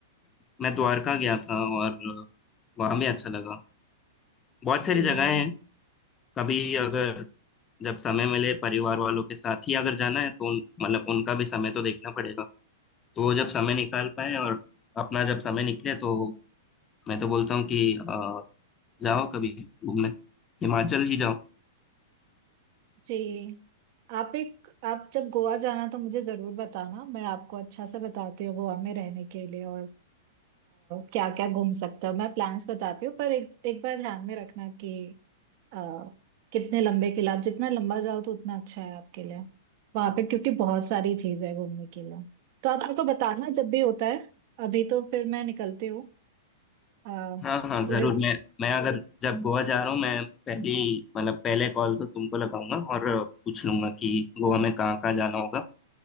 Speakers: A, on the left; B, on the right.
A: मैं द्वारका गया था और अ, वहाँ भी अच्छा लगा बहुत सारी
B: जी
A: जगहें हैं कभी अगर जब समय मिले परिवार वालों के साथ ही अगर जाना है तो उन- मतलब उनका भी समय तो देखना पड़ेगा तो वो जब समय निकाल पाए और अपना जब समय निकले तो मैं तो बोलता हूँ कि अ, जाओ कभी घूमने हिमाचल ही जाओ
B: जी आप एक आप जब गोवा जाना तो मुझे जरूर बताना मैं आपको अच्छा से बताती हूँ गोवा में रहने के लिए और क्या क्या घूम सकते हो मैं प्लान्स बताती हूँ पर एक एक बार ध्यान में रखना कि आ, कितने लंबे किले आप जितना लंबा जाओ तो उतना अच्छा है आपके लिए वहां पे क्योंकि बहुत सारी चीज है घूमने के लिए तो आप मेरे को बताना जब भी होता है अभी तो फिर मैं निकलती हूँ आ,
A: हाँ हाँ जरूर
B: थोड़े
A: मैं मैं अगर जब गोवा जा रहा हूँ मैं पहली मतलब पहले कॉल तो तुमको लगाऊंगा और पूछ लूंगा कि गोवा में कहाँ कहाँ जाना होगा